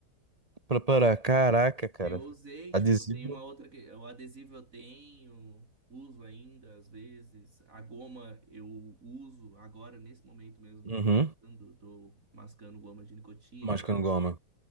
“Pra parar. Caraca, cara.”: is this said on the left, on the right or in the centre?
Right